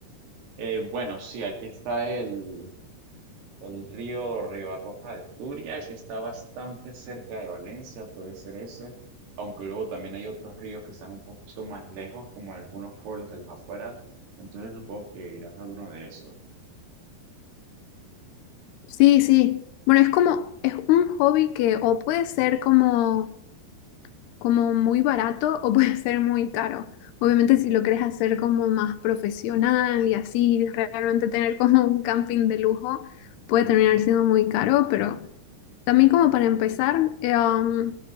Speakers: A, on the right; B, on the left.
A: Eh, bueno, sí, aquí está el, el río Ribarroja de Turia, que está bastante cerca de Valencia, puede ser ese, aunque luego también hay otros ríos que están un poquito más lejos, como algunos pueblos de las afueras, entonces supongo que irás a alguno de esos.
B: Sí, sí. Bueno, es como, es un hobby que o puede ser como como muy barato o <laughs> puede ser muy caro. Obviamente si lo quieres hacer como más profesional y así, realmente tener como un camping de lujo, puede terminar
A: Ujú,
B: siendo muy caro, pero también como para empezar, eh, um,